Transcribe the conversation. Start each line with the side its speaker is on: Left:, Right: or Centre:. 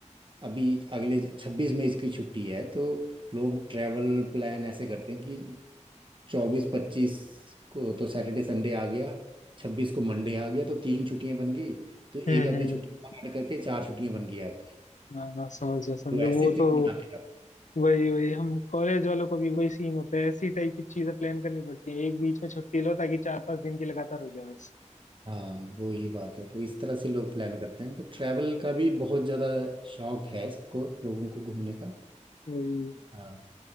Right: अभी अगले छब्बीस मई की छुट्टी है तो लोग ट्रैवल प्लान ऐसे करते हैं कि चौबीस पच्चीस को तो सैटरडे संडे आ गया छब्बीस को मंडे आ गया तो तीन छुट्टियां बन गई तो एक
Left: हम्म
Right: आधी
Left: हम्म
Right: छुट्टी और ऐड करके चार छुट्टियां बन गई आपकी
Left: हाँ हाँ समझ गया समझो
Right: तो ऐसे
Left: वो
Right: ट्रिप
Left: तो
Right: बना के जाओ
Left: वही वही हम कॉलेज वालों को भी वही सीन होता है ऐसी टाइप की चीजें प्लान करनी पड़ती है एक बीच में छुट्टी लो ताकि चार पांच दिन की लगातार हो जाए बस
Right: हाँ वो ही बात है तो इस तरह से लोग प्लान करते हैं तो ट्रैवल का भी बहुत ज़्यादा शौक है सबको लोगों को घूमने का
Left: वही
Right: हाँ